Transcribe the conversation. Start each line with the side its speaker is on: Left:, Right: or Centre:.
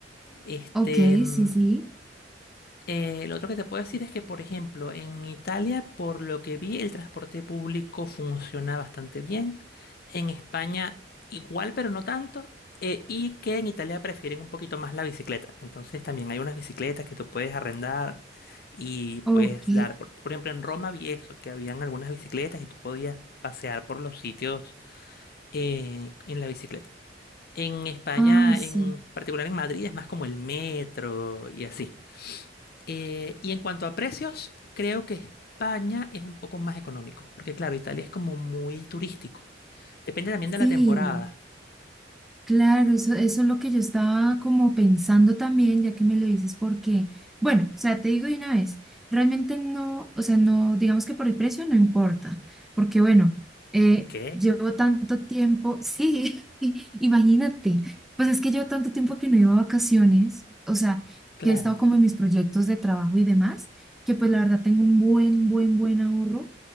Left: Este,
Centre: Ok,
Left: mm,
Centre: sí, sí.
Left: eh, lo otro que te puedo decir es que, por ejemplo, en Italia, por lo que vi, el transporte público funciona bastante bien. En España, igual, pero no tanto. eh, y que en Italia prefieren un poquito más la bicicleta. Entonces, también hay unas bicicletas que tú puedes arrendar y
Centre: Ok.
Left: puedes dar. Por, por ejemplo, en Roma vi eso, que habían algunas bicicletas y tú podías pasear por los sitios eh, en la bicicleta. En España,
Centre: Ay, sí.
Left: en particular en Madrid, es más como el metro y así. Eh, y en cuanto a precios, creo que España es un poco más económico, porque claro, Italia es como muy turístico. Depende también de
Centre: Sí.
Left: la temporada.
Centre: Claro, eso, eso es lo que yo estaba como pensando también, ya que me lo dices, porque, bueno, o sea, te digo de una vez, realmente no, o sea, no, digamos que por el precio no importa, porque bueno, eh,
Left: Ok,
Centre: llevo tanto tiempo, sí, <laughs> imagínate, pues es que llevo tanto tiempo que no iba a vacaciones, o sea,
Left: claro,
Centre: que he estado como en mis proyectos de trabajo y demás, que pues la verdad tengo un buen, buen, buen ahorro.